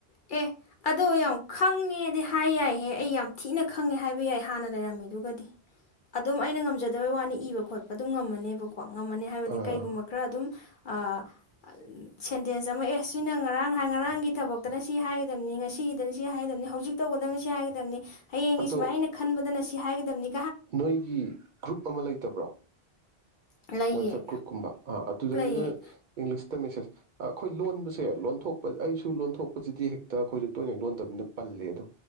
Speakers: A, on the left (about 55°); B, on the right (about 60°).
A: ꯑꯦ ꯑꯗꯣ ꯌꯥꯝ ꯈꯪꯉꯦꯗꯤ ꯍꯥꯏ ꯌꯥꯏꯍꯦ ꯑꯩ ꯌꯥꯝ ꯊꯤꯅ ꯈꯪꯉꯦ ꯍꯥꯏꯕ ꯌꯥꯏ ꯑꯩ ꯍꯥꯟꯅ ꯂꯩꯔꯝꯃꯤꯗꯨꯒꯗꯤ ꯑꯗꯨꯝ ꯑꯩꯅ ꯉꯝꯖꯗꯕꯒꯤ ꯋꯥꯅꯤ ꯏꯕ ꯈꯣꯠꯄ ꯑꯗꯨꯝ ꯉꯝꯃꯅꯦꯕꯀ ꯀꯣ ꯉꯝꯃꯅꯤ ꯍꯥꯏꯕꯗꯤ
B: ꯑꯥ
A: ꯀꯩꯒꯨꯝꯕ ꯈꯔ ꯑꯗꯨꯝ ꯑꯥ ꯁꯦꯟꯇꯦꯟꯁ ꯑꯃ ꯑꯦ ꯁꯤꯅ ꯉꯔꯥꯡ ꯉꯔꯥꯡꯒꯤ ꯊꯕꯛꯇꯅ ꯁꯤ ꯍꯥꯏꯒꯗꯕꯅꯤ ꯉꯁꯤꯒꯤꯗꯅ ꯁꯤ ꯍꯥꯏꯒꯗꯕꯅꯤ ꯍꯧꯖꯤꯛ ꯇꯧꯒꯗꯕꯅꯤ ꯁꯤ ꯍꯥꯏꯒꯗꯕꯅꯤ ꯍꯌꯦꯡꯒꯤ
B: ꯑꯗꯣ
A: ꯁꯨꯃꯥꯏꯅ ꯑꯩꯅ ꯈꯟꯕꯗꯅ ꯁꯤ ꯍꯥꯏꯒꯗꯕꯅꯤ
B: ꯅꯣꯏꯒꯤ ꯒ꯭ꯔꯨꯞ ꯑꯃ ꯂꯩꯇꯕ꯭ꯔꯣ?
A: ꯂꯩꯌꯦ
B: ꯋꯥꯠꯁꯑꯞ ꯭ꯔꯨꯨꯞ ꯀꯨꯝꯕ ꯑꯩ ꯑꯗꯨꯗꯩꯗ
A: ꯂꯩꯌꯦ
B: ꯏꯪꯂꯤꯁ ꯃꯦꯁꯦꯖ ꯑꯩꯈꯣꯏ ꯂꯣꯟꯕꯁꯦ ꯂꯣꯟꯊꯣꯛꯄ ꯑꯩꯁꯨ ꯂꯣꯟꯊꯣꯛꯄꯁꯤꯗꯤ ꯍꯦꯛ ꯇ ꯑꯩꯈꯣꯏꯁꯨ ꯇꯣꯏꯅ ꯂꯣꯟꯗꯕꯅꯤꯅ ꯄꯜꯂꯦ ꯑꯗꯣ